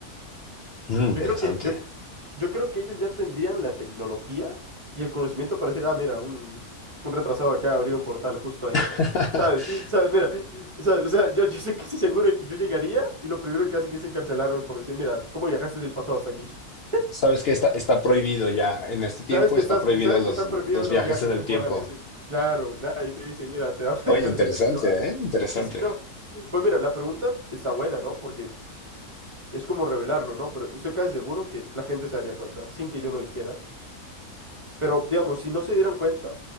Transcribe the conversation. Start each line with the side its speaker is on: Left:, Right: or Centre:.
Left: Mm, interesante.
Right: Yo creo que, yo, yo creo que ellos ya tendrían la tecnología y el conocimiento para decir, ah, mira, un, un retrasado acá abrió un portal justo ahí.
Left: <laughs>
Right: <laughs> ¿Sabes? Mira, ¿sabes? O sea, yo, yo estoy casi seguro de que yo llegaría y lo primero que hacen es encarcelarme por decir, mira, ¿cómo viajaste del pasado hasta aquí? <laughs>
Left: Sabes que está, está prohibido ya en este tiempo,
Right: Sabes que
Left: está
Right: estás,
Left: prohibido
Right: sabes
Left: los,
Right: que está prohibido
Left: los
Right: los
Left: viajes
Right: viajes
Left: en el
Right: temporales,
Left: tiempo.
Right: ¿sí? Claro, nada, y te dicen, mira, te <laughs> vamos
Left: Oye,
Right: a encarcelar.
Left: interesante,
Right: Y yo, ah,
Left: ¿eh? Interesante.
Right: sí, sí, no. Pues mira, la pregunta está buena, ¿no? Porque es como revelarlo, ¿no? Pero estoy casi seguro que la gente se daría cuenta sin que yo lo dijera. Pero, digamos, si no se dieran cuenta,